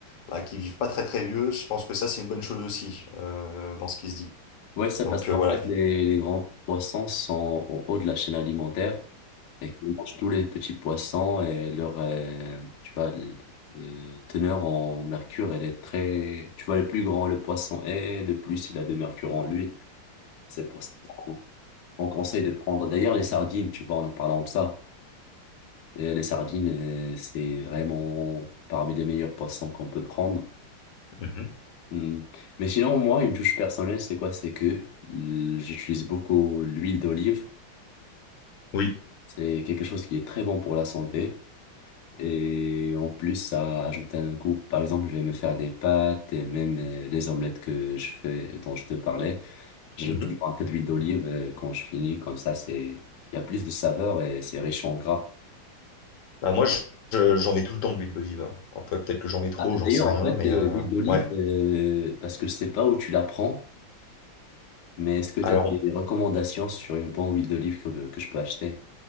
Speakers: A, on the left (about 70°); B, on the left (about 80°).
A: bah, qui vivent pas très très vieux, je pense que ça, c'est une bonne chose aussi, euh, dans ce qui se dit.
B: Ouais, ça
A: Donc
B: passe.
A: euh,
B: En
A: voilà.
B: fait, les, les grands poissons sont au haut de la chaîne alimentaire et qui mangent tous les petits poissons et leur, euh, tu vois, le- le teneur en mercure, elle est très... Tu vois, le plus grand le poisson est, le plus il a de mercure en lui. C'est pour ça. On conseille de prendre d'ailleurs les sardines, tu vois, en parlant de ça. Et les sardines, euh, c'est vraiment parmi les meilleurs poissons qu'on peut prendre.
A: Mhm.
B: Hmm. Mais sinon, moi, une touche personnelle, c'est quoi? C'est que l- j'utilise beaucoup l'huile d'olive.
A: Oui.
B: C'est quelque chose qui est très bon pour la santé. Et en plus, ça ajoute un goût. Par exemple, je vais me faire des pâtes et même euh, les omelettes que je fais, dont je te parlais. J'ajoute
A: Mhm.
B: un peu d'huile d'olive euh, quand je finis. Comme ça, c'est, il y a plus de saveur et c'est riche en gras.
A: Bah, moi, je- je- j'en mets tout le temps de l'huile d'olive. hein. Après, peut-être que j'en mets trop,
B: Ah,
A: j'en
B: D'ailleurs,
A: sais rien,
B: en fait,
A: mais
B: euh,
A: euh,
B: l'huile d'olive,
A: ouais.
B: euh, parce que je sais pas où tu la prends, mais est-ce que tu
A: Alors,
B: as des recommandations sur une bonne huile d'olive que, que je peux acheter?